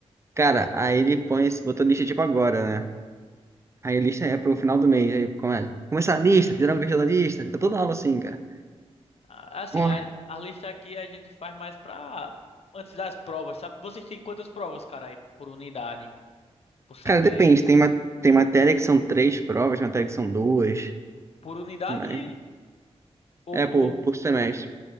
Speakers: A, on the right; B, on the left.
A: Cara, aí ele põe, esse- botou lista tipo agora, né? Aí a lista é pro final do mês. Aí começa. Começar a lista, fizeram uma questão da lista. Fica toda aula assim, cara.
B: A- Assim,
A: Porra,
B: a, a lista aqui a gente faz mais pra antes das provas, sabe? Vocês têm quantas provas, cara, aí por unidade, por semestre,
A: cara, depende. Tem, ma tem matéria que são três provas, matéria que são duas.
B: por unidade
A: Mas
B: ou
A: é
B: por,
A: por, por semestre,
B: por,